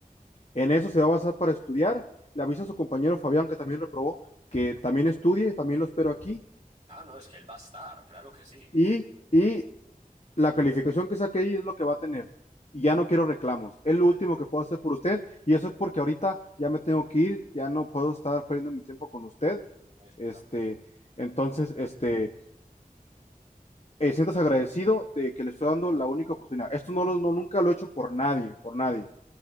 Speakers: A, on the left; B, on the right.
A: En eso se va a basar para estudiar. Le avisa a su compañero Fabián, que también reprobó, que también estudie, también lo espero aquí.
B: Ah, no, es que él va a estar, claro que sí.
A: Y, y la calificación que saque ahí es lo que va a tener. Y ya no quiero reclamos. Es
B: Vale.
A: lo último que puedo hacer por usted. Y eso es porque ahorita ya me tengo que ir, ya no puedo estar perdiendo mi tiempo con usted.
B: No, es que
A: Este,
B: yo tampoco.
A: entonces, este, eh, sientas agradecido de que le estoy dando la única oportunidad. Esto no lo, no, nunca lo he hecho por nadie, por nadie.